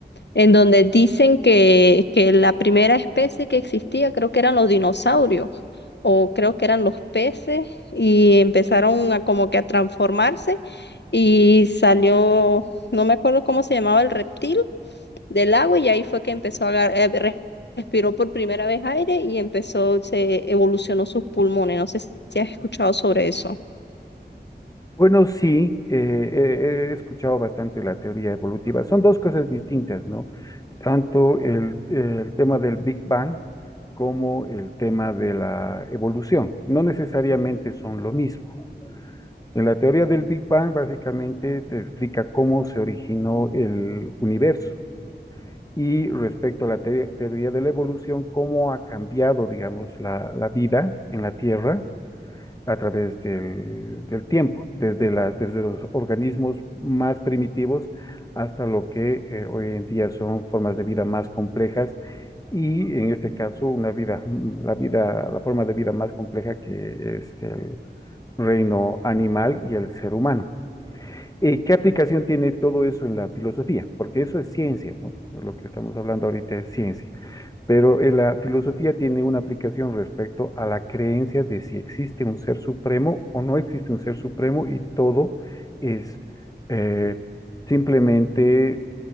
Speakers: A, on the left; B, on the left.
A: en donde dicen que, que la primera especie que existía, creo que eran los dinosaurios, o creo que eran los peces, y empezaron a como que a transformarse y salió, no me acuerdo cómo se llamaba el reptil del agua y ahí fue que empezó a agar- eh, re- respiró por primera vez aire y empezó, se evolucionó sus pulmones. No sé si has escuchado sobre eso.
B: Bueno, sí, eh, eh, he escuchado bastante la teoría evolutiva. Son dos cosas distintas, ¿no? Tanto el, el tema del Big Bang como el tema de la evolución. No necesariamente son lo mismo. En la teoría del Big Bang, básicamente te explica cómo se originó el universo. Y respecto a la teoría teoría de la evolución, cómo ha cambiado, digamos, la, la vida en la Tierra a través del, del tiempo, desde, la, desde los organismos más primitivos hasta lo que eh, hoy en día son formas de vida más complejas y en este caso una vida, mm, la vida, la forma de vida más compleja que es el reino animal y el ser humano. Eh, ¿Qué aplicación tiene todo eso en la filosofía? Porque eso es ciencia, ¿no? Lo que estamos hablando ahorita es ciencia. Pero eh, la filosofía tiene una aplicación respecto a la creencia de si existe un ser supremo o no existe un ser supremo y todo es eh, simplemente